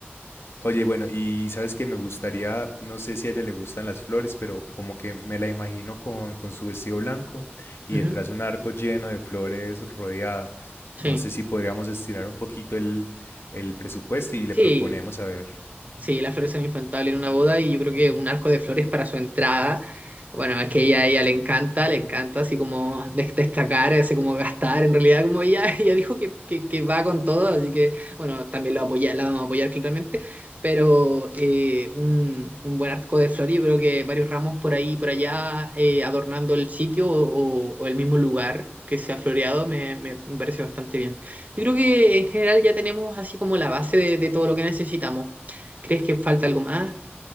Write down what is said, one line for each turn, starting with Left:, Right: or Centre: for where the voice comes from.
Left: Oye, bueno, y sabes que me gustaría, no sé si a ella le gustan las flores, pero como que me la imagino con, con su vestido blanco y
Right: Ujú,
Left: detrás un arco lleno de flores rodeado.
Right: Sí.
Left: No sé si podríamos estirar un poquito el, el presupuesto y le
Right: Sí.
Left: proponemos a ver.
Right: Sí, la flores son infantil en una boda y yo creo que un arco de flores para su entrada. Bueno, es que ella, a ella le encanta, le encanta así como des- destacar, así como gastar. En realidad, como ella, <laughs> ella dijo que, que, que va con todo, así que bueno, también lo apoya, la vamos a apoyar claramente. Pero eh, un, un buen arco de flores, yo creo que varios ramos por ahí por allá eh, adornando el sitio o, o el mismo lugar que se ha floreado me, me me parece bastante bien. Yo creo que en general ya tenemos así como la base de de todo lo que necesitamos. ¿Crees que falta algo más?